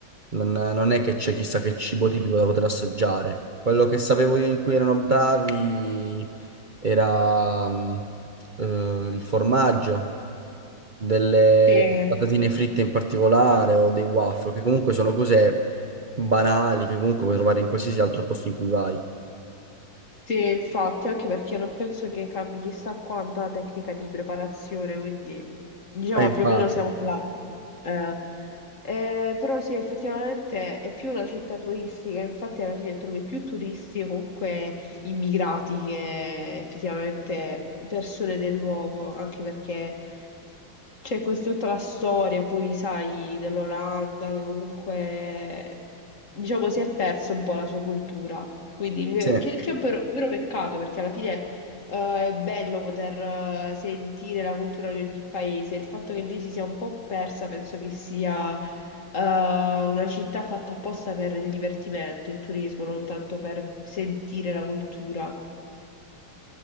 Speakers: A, on the right (about 75°); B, on the left (about 35°).
A: non, non è che c'è chissà che cibo tipico da poter assaggiare. Quello che sapevo io in cui erano bravi era mh, eh, il formaggio, delle
B: Sì.
A: patatine fritte in particolare o dei waffle, che comunque sono cose banali che comunque puoi trovare in qualsiasi altro posto in cui vai.
B: Sì, infatti, anche perché non penso che cambi chissà quanto la tecnica di preparazione, quindi diciamo
A: Ah, infatti,
B: più o meno siamo là. Eh, eh, però sì, effettivamente è più una città turistica, infatti alla fine trovi più turisti o comunque immigrati che effettivamente persone del luogo, anche perché c'è questa tutta la storia, poi sai, dell'Olanda che comunque, diciamo, si è perso un po' la sua cultura. Quindi, eh,
A: sì.
B: che, che è un vero, un vero peccato perché alla fine eh, è bello poter eh, sentire la cultura di ogni paese. Il fatto che lì si sia un po' persa, penso che sia eh, una città fatta apposta per il divertimento, il turismo, non tanto per sentire la cultura.